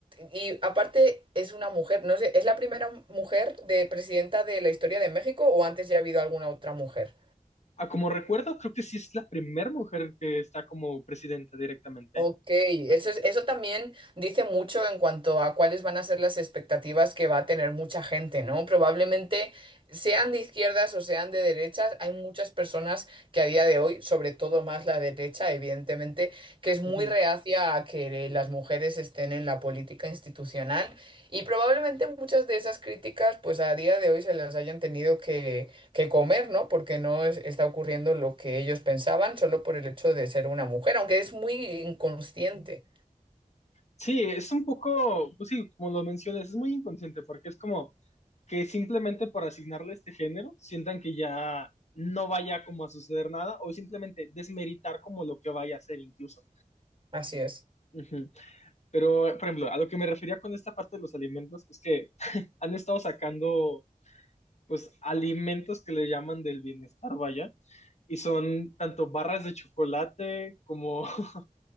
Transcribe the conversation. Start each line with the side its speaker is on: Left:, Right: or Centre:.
Right: y aparte es una mujer, no sé, ¿es la primera mujer de presidenta de la historia de México o antes ya ha habido alguna otra mujer?
Left: Ah, como recuerdo, creo que sí es la primera mujer que está como presidenta directamente.
Right: Ok, eso es- eso también dice mucho en cuanto a cuáles van a ser las expectativas que va a tener mucha gente, ¿no? Probablemente sean de izquierdas o sean de derechas, hay muchas personas que a día de hoy, sobre todo más la derecha, evidentemente, que es muy
Left: Ujú.
Right: reacia a que las mujeres estén en la política institucional y probablemente muchas de esas críticas, pues a día de hoy se las hayan tenido que comer, ¿no? Porque no es- está ocurriendo lo que ellos pensaban solo por el hecho de ser una mujer, aunque es muy inconsciente.
Left: Sí, es un poco, pues sí, como lo mencionas, es muy inconsciente porque es como que simplemente por asignarle este género sientan que ya no vaya como a suceder nada o simplemente desmeritar como lo que vaya a ser incluso.
Right: Así es.
Left: Ujú. Pero, por ejemplo, a lo que me refería con esta parte de los alimentos es que <laughs> han estado sacando pues alimentos que le llaman del bienestar, vaya, y son tanto barras de chocolate como <laughs>